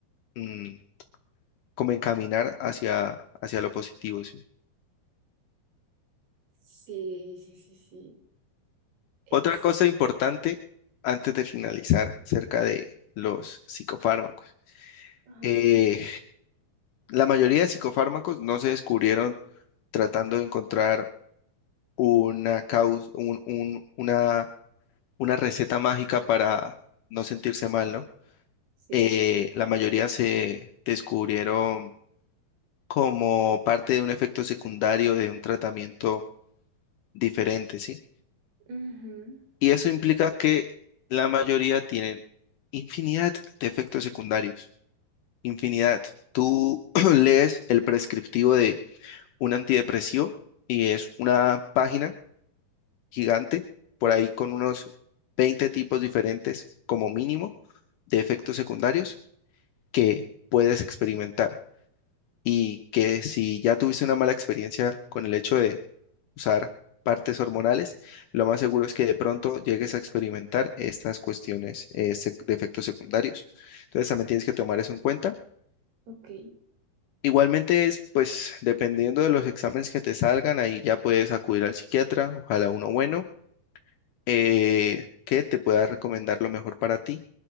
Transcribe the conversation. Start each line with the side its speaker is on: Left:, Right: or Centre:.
Left: mm, como encaminar hacia, hacia lo positivo, ¿sí?
Right: Sí, sí, sí, sí. Es,
Left: Otra cosa importante antes de finalizar acerca de los psicofármacos.
Right: ajá,
Left: Eh, la mayoría de psicofármacos no se descubrieron tratando de encontrar una causa, una, una receta mágica para no sentirse mal, ¿no?
Right: sí.
Left: Eh, la mayoría se descubrieron como parte de un efecto secundario de un tratamiento diferente, ¿sí?
Right: Ujú,
Left: Y eso implica que la mayoría tienen infinidad de efectos secundarios. Infinidad. Tú <clears throat> lees el prescriptivo de un antidepresivo y es una página gigante, por ahí con unos 20 tipos diferentes como mínimo de efectos secundarios que puedes experimentar. Y que si ya tuviste una mala experiencia con el hecho de usar partes hormonales, lo más seguro es que de pronto llegues a experimentar estas cuestiones eh, sec- de efectos secundarios. Entonces también tienes que tomar eso en cuenta
Right: Ok.
Left: Igualmente es, pues, dependiendo de los exámenes que te salgan, ahí ya puedes acudir al psiquiatra, ojalá uno bueno, eh, que te pueda recomendar lo mejor para ti